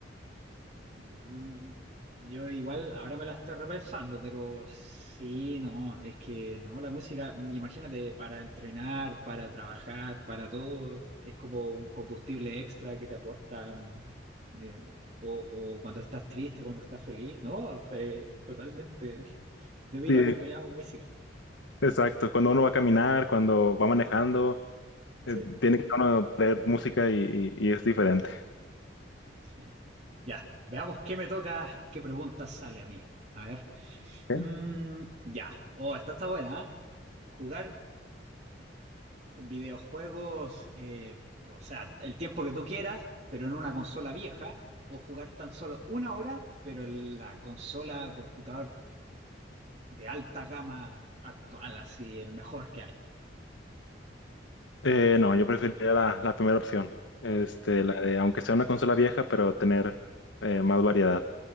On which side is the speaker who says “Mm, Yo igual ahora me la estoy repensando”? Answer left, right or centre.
Right